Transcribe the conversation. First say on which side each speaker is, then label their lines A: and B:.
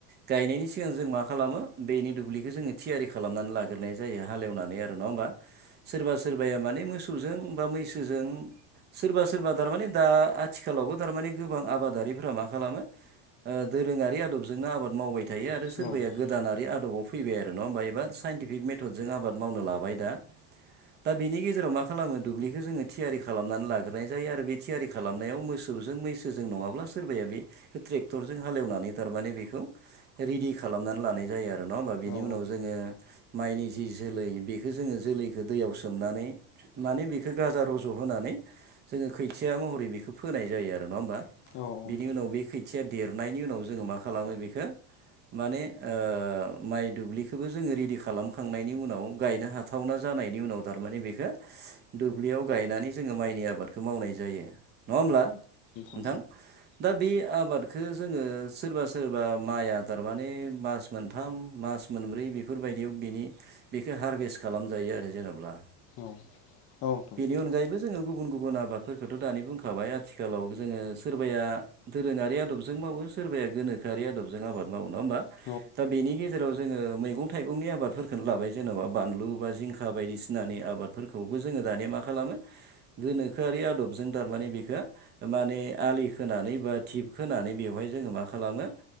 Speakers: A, on the right; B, on the left.
A: गायनायनि सिगां जों मा खालामो बेनि दुब्लिखौ जोङो थियारि खालामनानै लाग्रोनाय जायो हालेवनानै आरो आरो नङा होमबा सोरबा सोरबाया माने मोसौजों बा मैसोजों सोरबा सोरबा दारमाने दा आथिखालावबो थारमाने गोबां आबादारिफ्रा मा खालामो ओ दोरोङारि आदबजोंनो आबाद मावबाय थायो आरो
B: औ
A: सोरबाया गोदानारि आदबाव फैबाय आरो ना होमबा एबा साइन्टिफिक मेथदजों आबाद मावनो लाबाय दा दा बिनि गेजेराव मा खालामो दुब्लिखौ जोङो थियारि खालामनानै लाग्रोनाय जायो आरो बे थियारि खालामनायाव मोसौजों मैसोजों नङाब्ला सोरबाया बे बेखौ ट्रेक्टरजों हालेवनानै थारमाने बेखौ रेडि खालामनानै लानाय जायो आरो नङा होमबा
B: औ
A: बिनि
B: औ औ
A: उनाव जोङो माइनि जि जोलै बेखौ जोङो जोलैखौ दैयाव सोमनानै माने बेखो गाजा र'ज जहोनानै जोङो खैथिया महरै बेखौ फोनाय जायो आरो नङा होमबा
B: नोंथां औ
A: बिनि उनाव बे खै खोथिया देरनायनि उनाव जोङो मा खालामो बेखो माने ओ माइ दुब्लिखौबो जोङो रेडि खालामखांनायनि उनाव गायनो हानाय सुथावना जानायनि उनाव थारमाने बेखौ दुब्लियाव गायनानै जोङो माइनि आबादखौ मावनाय जायो नङा होमब्ला नोंथां
B: औ
A: दा बे आबादखौ जोङो सोरबा सोरबा माइ आदार माने मास मोनथाम मास मोनब्रै बेफोरबायदियाव बिनि बेखौ हारभेस्ट खालामजायो आरो जेनेबा
B: औ औ
A: बेनि अनगायैबो जोङो गुबुन गुबुन आबादफोरखौथ' दानि बुंखाबाय आथिखालाव जोङो सोरबाया दोरोङारि आदबजों मावो सोरबाया गोनोखोआरि आदबजों आबाद मावो नङा होमबा
B: औ
A: दा बेनि गेजेराव जोङो मैगं थाइगंनि आबादफोरखौनो लाबाय जेन'बा बानलु बा जिंखा बायदिसिनानि आबाद फोरखौबो जोङो दानिया मा खालामो गोनोखोआरि आदबजों थारमाने बेखो माने आलि खोनानै बा थिप खोनानै बेवहाय जोङो मा खालामो